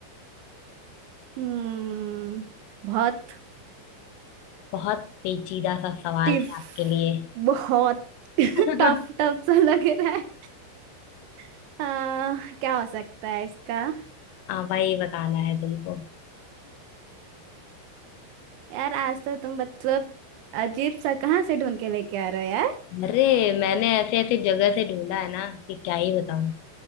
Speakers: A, on the right; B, on the left.
A: हम्म बहुत
B: बहुत पेचीदा सा सवाल
A: टिफ
B: है आपके लिए
A: बहुत <laughs>
B: <laughs>
A: टफ टफ सा लग रहा है <laughs> आ, क्या हो सकता है इसका
B: हाँ भाई ये बताना है तुमको
A: यार आज तो तुम मतलब अजीब सा कहाँ से ढूंढ के लेके आ रहे हो यार
B: अरे मैंने ऐसे ऐसे जगह से ढूंढा है ना कि क्या ही बताऊं